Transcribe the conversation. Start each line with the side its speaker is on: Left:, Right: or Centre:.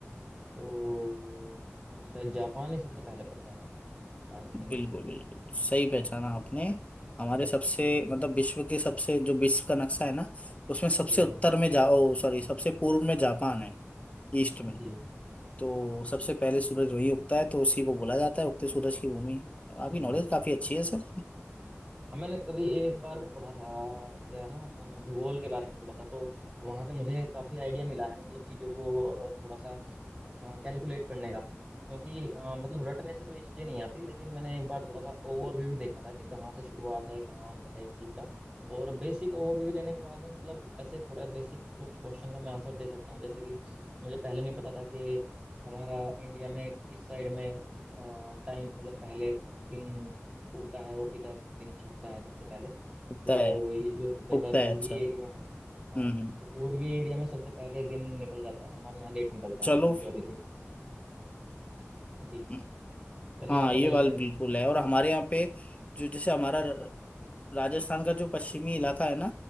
Right: तो शायद जापान ही सबसे पहले पड़ता है आई
Left: बिल्कुल
Right: थिंक
Left: बिल्कुल सही
Right: उधर
Left: पहचाना
Right: ना
Left: आपने हमारे सबसे मतलब विश्व के सबसे जो विश्व का नक्शा है ना उसमें सबसे
Right: जी
Left: उत्तर
Right: जी
Left: में जा ओ सॉरी सबसे पूर्व में जापान है ईस्ट में
Right: जी
Left: तो सबसे पहले सूरज वही उगता है तो उसी को बोला जाता है उगते सूरज की भूमि आपकी
Right: हम्म
Left: नॉलेज
Right: हम्म
Left: काफी अच्छी है सर
Right: अब मैंने कभी एक बार वो पढ़ा था क्या ना अ, भूगोल के बारे में थोड़ा सा तो वहां से मुझे काफी आइडिया मिला है मतलब चीजों को अ, थोड़ा सा कैलकुलेट करने का क्योंकि अ, मतलब रटने से तो ये चीज़ें नहीं आती लेकिन मैंने एक बार थोड़ा सा ओवरव्यू देखा था कि कहाँ से शुरुआत है कहाँ अंत है इस चीज़ का और बेसिक ओवरव्यू लेने के बाद में मतलब ऐसे थोड़ा बेसिक कुछ क्वेश्चन का मैं आंसर दे सकता हूँ जैसे कि मुझे पहले नहीं पता था कि हमारा इंडिया में किस साइड में टाइम मतलब पहले दिन उगता है और किधर दिन छिपता है सबसे पहले तो
Left: उगता है
Right: ये जो इधर
Left: उगता
Right: का
Left: है
Right: पूर्वी
Left: अच्छा
Right: एरिया है हाँ
Left: हम्म हम्म।
Right: तो पूर्वी एरिया में सबसे पहले दिन निकल जाता है हमारे यहाँ लेट निकलता है
Left: चलो
Right: हम जो अभी देख रहे हैं जी
Left: हम्म,
Right: चलिए
Left: हाँ
Right: आप बताइए
Left: ये वाल
Right: अभी।
Left: बिल्कुल है और हमारे यहाँ पे जो जैसे हमारा र- राजस्थान का जो पश्चिमी इलाका है ना